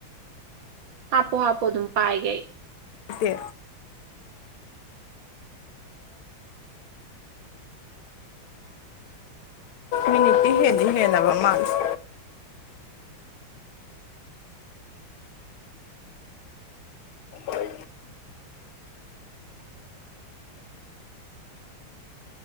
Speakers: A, on the right; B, on the left.
A: ꯍꯥꯞꯄꯣ ꯍꯥꯞꯄꯣ ꯑꯗꯨꯝ ꯄꯥꯢꯒꯦ ꯑꯩ
B: ꯇꯦ ꯃꯤꯅꯤꯠꯇꯤ ꯍꯦꯟꯗꯤ ꯍꯦꯟꯂꯕ ꯃꯥꯥꯜꯂꯦ ꯍꯜꯂꯣ